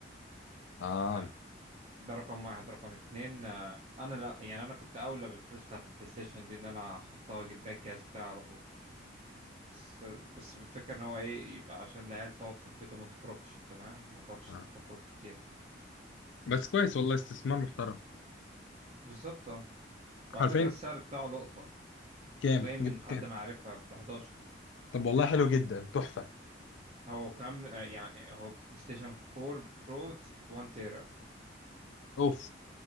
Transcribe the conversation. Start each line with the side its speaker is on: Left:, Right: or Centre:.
Left: اه
Right: انت فاهم ده رقم واحد رقم اتنين آه، انا لا يعني انا كنت اولى بالفلوس بتاعت البلاي ستيشن دي ان انا احطها اجيب بيها الجهاز بتاعي على طول بس بس الفكرة ان هو ايه يبقى عشان العيال تقعد في البيت وما تخرجش انت فاهم ما تقعدش
Left: اه
Right: تخرج كتير
Left: بس كويس والله استثمار محترم
Right: بالظبط اه وعلى
Left: حرفيا
Right: فكرة السعر بتاعه لقطة
Left: كام
Right: وجاي من
Left: جبت
Right: حد
Left: كام
Right: معرفة ب 11
Left: طب والله حلو جدا تحفة
Right: هو كام آه، يعني هو بلاي ستيشن 4 برو ت- 1 تيرا
Left: اوف